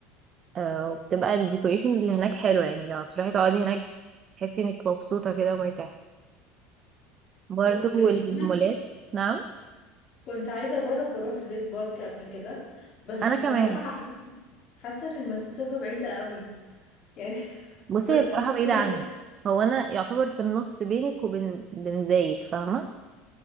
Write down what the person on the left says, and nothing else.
اوكي
هو انا
كنت عايزة اجرب اروح زيت بارك قبل كده بس
بصراحة
حاسة حاسة ان المسافة بعيدة قوي يعني <laughs>
مجهود